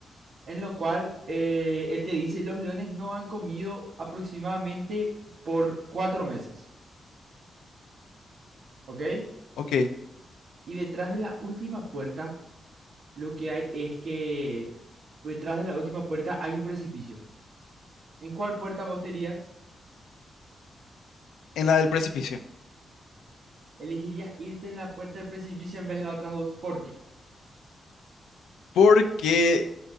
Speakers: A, on the right; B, on the left.
A: en lo cual eh, él te dice, los leones no han comido aproximadamente por cuatro meses, ¿ok?
B: ok.
A: Y detrás de la última puerta, lo que hay es que detrás de la última puerta hay un precipicio. ¿En cuál puerta vos te irías?
B: En la del precipicio.
A: Elegirías irte en la puerta del precipicio en vez de las otras dos. ¿Por qué?
B: Porque,